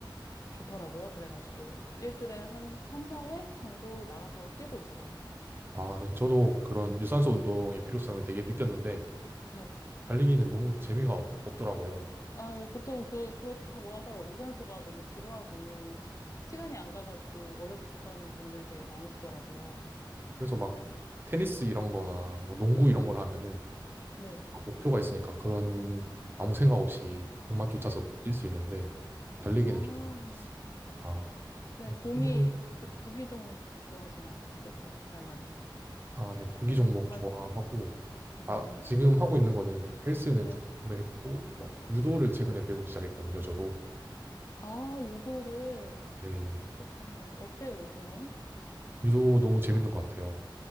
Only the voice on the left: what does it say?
좋더라고요. 그래가지고 일주일에 한 3, 4회 정도 나가서 뛰고 있어요.
네.
아, 보통 그, 그렇다고 하더라고요. 유산소가 너무 지루하고 시간이 안 가가지고 어렵다는 분들이 되게 많으시더라고요.
네,
네,
네.
어,
네,
공이
그 구기 종목 좋아하시나 보다. 그쵸? 잘 맞으시고.
맞나?
맞,
음.
네.
아, 유도를.
네, 네. 어때요, 유도는?